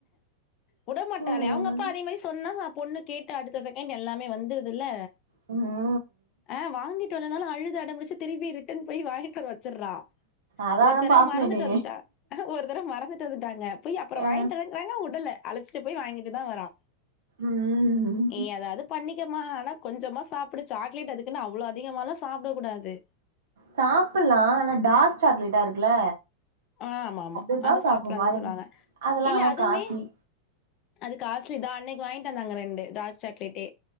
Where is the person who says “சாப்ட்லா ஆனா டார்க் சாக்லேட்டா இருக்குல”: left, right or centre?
Right